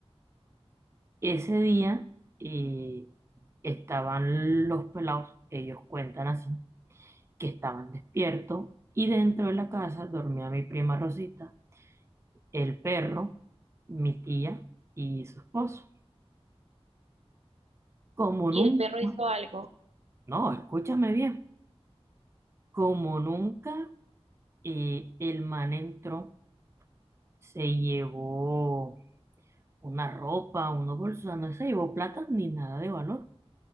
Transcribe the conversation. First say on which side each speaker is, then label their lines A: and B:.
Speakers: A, on the right; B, on the right.
A: Ese día eh, estaban los pelados, ellos cuentan así, que estaban despiertos y dentro de la casa dormía mi prima Rosita, el perro, mi tía y su esposo. Como
B: Y
A: nunca,
B: el perro hizo algo,
A: no, escúchame bien, como nunca eh, el man entró, se llevó una ropa, unos bolsos, o sea, no se llevó plata ni nada de valor,